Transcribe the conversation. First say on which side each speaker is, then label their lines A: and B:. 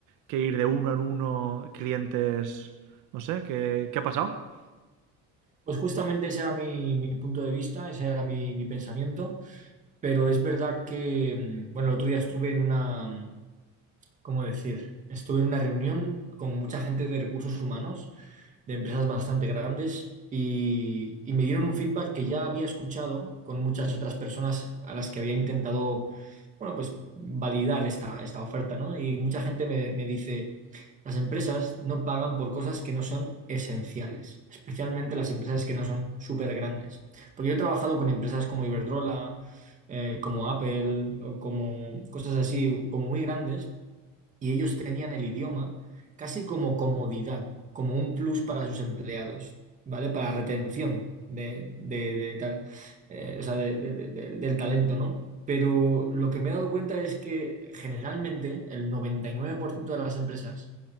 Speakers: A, on the right; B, on the right.
A: que ir de uno en uno, clientes, no sé, ¿qué, qué ha pasado?
B: Pues justamente ese era mi, mi punto de vista, ese era mi, mi pensamiento, pero es verdad que, mm, bueno, el otro día estuve en una, ¿cómo decir? Estuve en una reunión con mucha gente de recursos humanos, de empresas bastante grandes, y, y me dieron un feedback que ya había escuchado con muchas otras personas a las que había intentado, bueno, pues validar esta, esta oferta, ¿no? Y mucha gente me, me dice, las empresas no pagan por cosas que no son esenciales, especialmente las empresas que no son súper grandes. Porque yo he trabajado con empresas como Iberdrola, eh, como Apple, o como cosas así, como muy grandes, y ellos tenían el idioma casi como comodidad, como un plus para sus empleados, ¿vale? Para retención de, de- de tal, eh, o sea, de- de- de- del del talento, ¿no? Pero lo que me he dado cuenta es que generalmente el 99% de las empresas